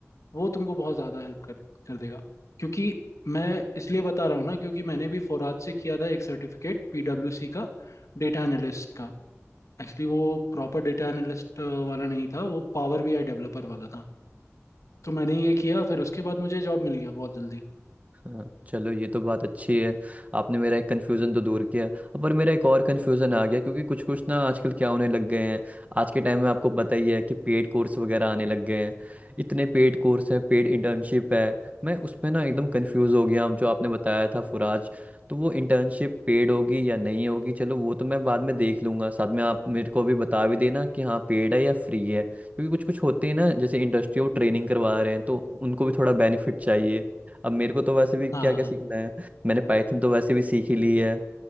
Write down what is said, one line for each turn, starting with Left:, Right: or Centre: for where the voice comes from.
Left: वो तुमको बहुत ज़्यादा हेल्प कर कर देगा क्योंकि मैं इसलिए बता रहा हूँ ना क्योंकि मैंने भी फोराज से किया था एक सर्टिफिकेट पीडब्ल्यूसी का डेटा एनालिस्ट का एक्चुअली वो प्रॉपर डेटा एनालिस्ट वाला नहीं था वो पावर बीआई डेवलपर वाला था तो मैंने ये किया फिर उसके बाद मुझे जॉब मिल गया बहुत जल्दी
Right: हाँ चलो ये तो बात अच्छी है आपने मेरा एक कन्फ्यूज़न तो दूर किया अब पर मेरा एक और कन्फ्यूज़न आ गया क्योंकि कुछ कुछ ना आजकल क्या होने लग गए हैं आज के टाइम में आपको पता ही है कि पेड कोर्स वगैरह आने लग गए हैं इतने पेड कोर्स हैं पेड इंटर्नशिप है मैं उसमें ना एकदम कन्फ्यूज़ हो गया जो आपने बताया था फुराज तो वो इंटर्नशिप पेड होगी या नहीं होगी चलो वो तो मैं बाद में देख लूंगा साथ में आप मेरे को अभी बता भी देना कि हाँ पेड है या फ्री है क्योंकि कुछ कुछ होते हैं ना जैसे इंडस्ट्री वो ट्रेनिंग करवा रहे हैं तो उनको भी थोड़ा बेनिफिट चाहिए अब मेरे को तो वैसे भी क्या
Left: हाँ
Right: क्या सीखना है मैंने पाइथन तो वैसे भी सीख ही ली है